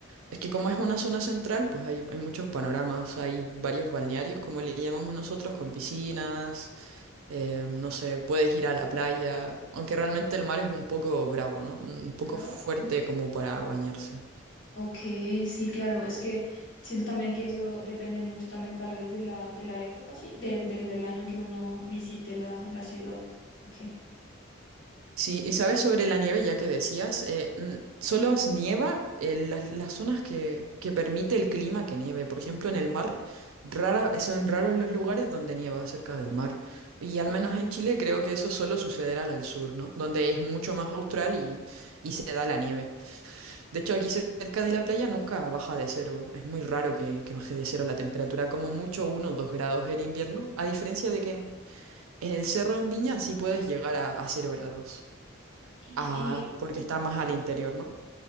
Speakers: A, on the right; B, on the left.
A: Es que como es una zona central, pues hay, hay muchos panoramas. Hay varios balnearios, como le llamamos nosotros, con piscinas. eh, no sé, puedes ir a la playa. Aunque realmente el mar es un poco bravo, ¿no? Un poco
B: Pero,
A: fuerte
B: ok,
A: como para bañarse.
B: Ok, sí, claro, es que siento también que eso depende mucho también tal vez de la, de la época, sí, de- del del año que uno visite la, la ciudad. Ok.
A: Sí, y sabes sobre la nieve, ya que decías, eh, mm, solo s- nieva en las, las zonas que, que permite el clima que nieve. Por ejemplo, en el mar, rara, son raros los lugares donde nieva cerca del mar. Y al
B: Ok.
A: menos en Chile creo que eso solo sucederá en el sur, ¿no? Donde es mucho más austral y, y se da la nieve. De hecho, aquí cer- cerca de la playa nunca baja de cero. Es muy raro que, que baje de cero la temperatura, como mucho 1 o 2 grados en invierno, a diferencia de que en el cerro en Viña sí puedes llegar a, a cero grados.
B: Y,
A: Ah, porque está más al interior, ¿no?